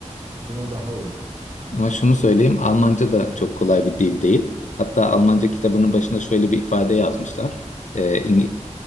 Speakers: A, on the right; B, on the left.
A: buna daha uygun.
B: Ama şunu söyleyeyim, Almanca da çok kolay bir dil değil. Hatta Almanca kitabının başında şöyle bir ifade yazmışlar. Ee, İngi-